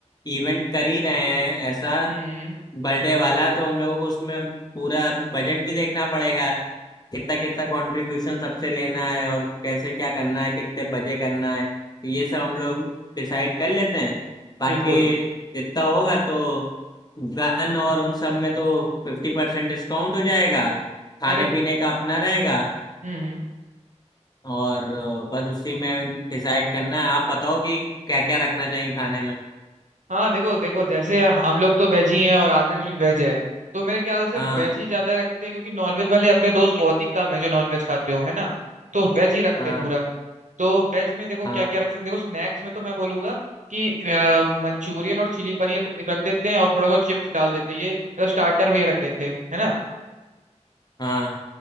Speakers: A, on the left; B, on the right.
A: इवेंट कर ही रहे हैं ऐसा
B: हम्म हम्म,
A: बर्थडे वाला तो हम लोगों को उसमें पूरा बजट भी देखना पड़ेगा कितना कितना कंट्रीब्यूशन सबसे लेना है और कैसे क्या करना है कितने बजे करना है तो ये सब हम लोग डिसाइड कर लेते हैं बाकी
B: बिल्कुल
A: जितना होगा तो गन और उन सब में तो फिफ्टी परसेंट डिस्काउंट हो जाएगा खाने
B: अरे
A: पीने का अपना रहेगा
B: हम्म हम्म
A: और बस उसी में डिसाइड करना है आप बताओ कि क्या क्या रखना चाहिए खाने में
B: हाँ देखो देखो जैसे हम लोग तो वेज ही हैं और आदर्श भी वेज है तो मेरे ख्याल से
A: हाँ
B: वेज ही ज्यादा रखते हैं क्योंकि नॉनवेज वाले अपने दोस्त बहुत ही कम है जो नॉनवेज खाते हो है ना तो वेज ही रखते
A: हाँ
B: हैं पूरा तो वेज में देखो
A: हाँ
B: क्या क्या रख सकते हैं देखो स्नैक्स में तो मैं बोलूंगा कि अ, मंचूरियन और चिली पनीर रख देते हैं और थोड़ा बहुत चिप्स डाल देते हैं ये मतलब स्टार्टर में ये रख देते हैं है ना
A: हाँ